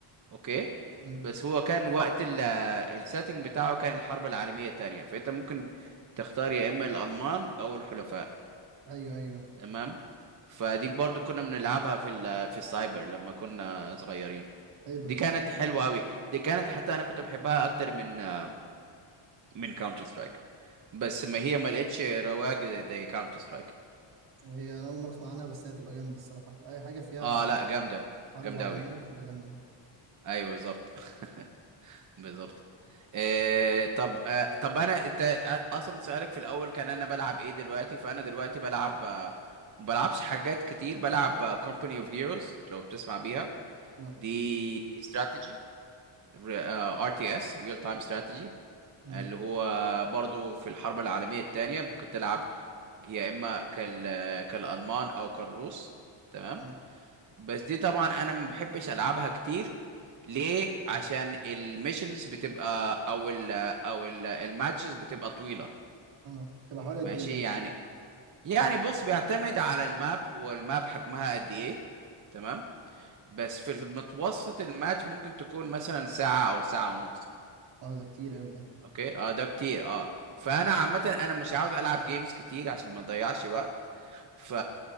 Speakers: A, on the right; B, on the right.
A: اوكي
B: امم
A: بس هو كان وقت السيتنج بتاعه كان الحرب العالمية التانية فانت ممكن تختار يا اما الالمان او الحلفاء
B: ايوه ايوه
A: تمام فدي برضو كنا بنلعبها في ال- آه، في السايبر لما كنا صغيرين
B: حلوة
A: دي
B: دي
A: كانت حلوة قوي دي كانت حتى انا كنت بحبها اكتر من آه، من كاونتر سترايك بس ما هي ما لقتش رواج زي كاونتر سترايك
B: هي انا اول مره اسمع عنها بس هي هتبقى جامده الصراحه اي حاجه فيها
A: اه لا جامدة
B: حرب
A: جامدة
B: عالميه
A: قوي
B: بتبقى جامده
A: ايوه بالظبط <laughs> بالظبط آه طب آه طب انا انت آه، اصلا سؤالك في الاول كان انا بلعب ايه دلوقتي فانا دلوقتي بلعب آه ما بلعبش حاجات كتير بلعب كومباني اوف هيروز لو بتسمع بيها
B: لا
A: دي استراتيجي ار تي اس ريل تايم استراتيجي
B: امم
A: اللي هو برضو في الحرب العالمية الثانية ممكن تلعب يا اما كال آه، كالالمان او كالروس تمام
B: أمم.
A: بس دي طبعا انا ما بحبش العبها كتير ليه عشان الميشنز بتبقى او ال او ال الماتشز بتبقى طويله
B: اه تبقى حوالي قد
A: ماشي
B: ايه الماتش
A: يعني يعني بص بيعتمد على الماب والماب حجمها قد ايه تمام بس في المتوسط الماتش ممكن تكون مثلا ساعه او ساعه ونص
B: اه ده كتير قوي ده
A: اوكي اه ده كتير اه فانا عامه انا مش عاوز العب جيمز كتير عشان ما اضيعش وقت ف...